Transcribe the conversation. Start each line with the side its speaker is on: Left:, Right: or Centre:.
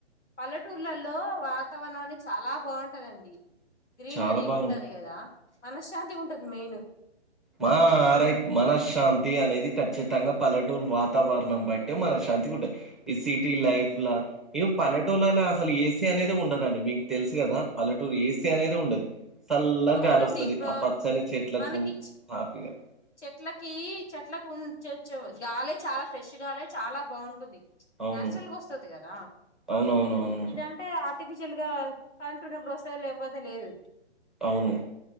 Left: పల్లెటూర్లల్లో వాతావరణం అనేది చాలా బాగుంటదండి గ్రీనరీగ
Centre: చాలా బావుంటుంది.
Left: ఉంటది కదా మనశ్శాంతి ఉంటది మెయిన్
Centre: మా రైట్ మనశ్శాంతి అనేది ఖచ్చితంగా పల్లెటూరు వాతావరణం బట్టే మనశాంతి ఇ సిటీ లైఫలా ఇగ పల్లెటూర్లలా అసలు ఏసీ అనేది ఉండదండి మీకు తెలుసు కదా పల్లెటూరు ఏసీ అనేది ఉండదు చల్లగా
Left: అవునండి
Centre: గాలి వస్తది
Left: ఇప్పుడు
Centre: ఆ పచ్చని చెట్లకు
Left: మనకి
Centre: హ్యాపీగా.
Left: చెట్లకి చెట్లకి ఉంచొచ్చు గాలి చాలా ఫ్రెష్ గాలి చాలా బాగుంటుంది
Centre: అవును.
Left: నాచురల్గా వస్తుంది కదా
Centre: అవునవునవునవును.
Left: ఇదంటే ఆర్టిఫిషియల్ గా కంటున్నప్పుడు వస్తది లేకపోతే లేదు
Centre: అవును